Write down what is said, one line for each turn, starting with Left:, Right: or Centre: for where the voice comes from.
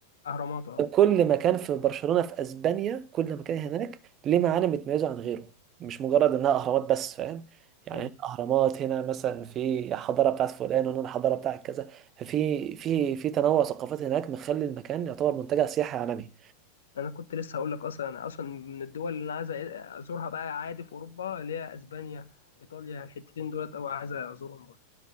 Left: أهرامات اه
Right: كل مكان في برشلونة في اسبانيا كل مكان هناك ليه معالم بتميزه عن غيره مش مجرد انها اهرامات بس فاهم يعني
Left: أيوة.
Right: هنا اهرامات هنا مثلا في حضارة بتاعت فلان وهنا الحضارة بتاعت كذا ففي في في تنوع ثقافات هناك مخلي المكان يعتبر منتجع سياحي عالمي
Left: انا كنت لسه هقول لك اصلا انا اصلا من الدول اللي انا عايز ازورها بقى عادي في اوروبا اللي هي اسبانيا ايطاليا الحتتين دولت او عايز ازورهم برضه